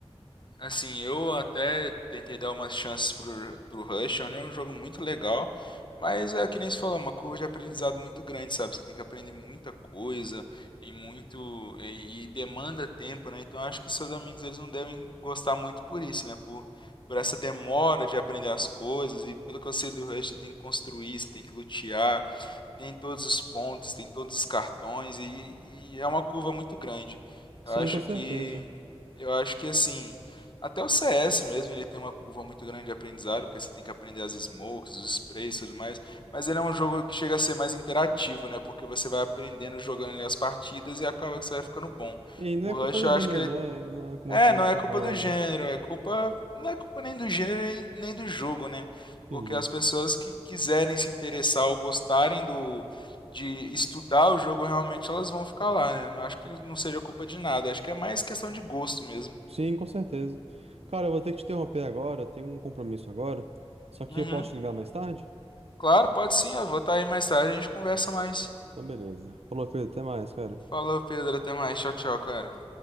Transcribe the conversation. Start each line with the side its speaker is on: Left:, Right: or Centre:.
Left: Assim, eu até tentei dar umas chances pro, pro Rush, é um jogo muito legal, mas é que nem se falou, é uma curva de aprendizado muito grande, sabe? Você tem que aprender muita coisa e muito e, e demanda tempo, né? Então eu acho que seus amigos eles não devem gostar muito por isso, né? Por, por essa demora de aprender as coisas e pelo que eu sei do Rush, você tem que construir, você tem que lutear, tem todos os pontos, tem todos os cartões e, e é uma curva muito grande. Eu
Right: Sim,
Left: acho
Right: com certeza.
Left: que eu acho que assim, até o CS mesmo, ele tem uma curva muito grande de aprendizado, porque você tem que aprender as smokes, os sprays e tudo mais, mas ele é um jogo que chega a ser mais interativo, né? Porque você vai aprendendo jogando ali as partidas e acaba que você vai ficando bom.
Right: E não
Left: O
Right: é
Left: Rush,
Right: culpa do
Left: eu
Right: gênero,
Left: acho que ele
Right: né? Não é como
Left: é,
Right: a gente
Left: não
Right: está
Left: é culpa
Right: falando,
Left: do gênero,
Right: né?
Left: é culpa, não é culpa nem do gênero nem nem do jogo, né?
Right: Entendi.
Left: Porque as pessoas que quiserem se interessar ou gostarem do de estudar o jogo realmente elas vão ficar lá, né? Não acho que não seja culpa de nada, acho que é mais questão de gosto mesmo.
Right: Sim, com certeza. Cara, eu vou ter que te interromper agora, eu tenho um compromisso agora. Só que
Left: Uhum.
Right: eu posso te ligar mais tarde?
Left: Claro, pode sim, eu vou estar aí mais tarde, a gente conversa mais.
Right: Então, beleza. Falou, Pedro, até mais, cara.
Left: Falou, Pedro, até mais. Tchau, tchau, cara.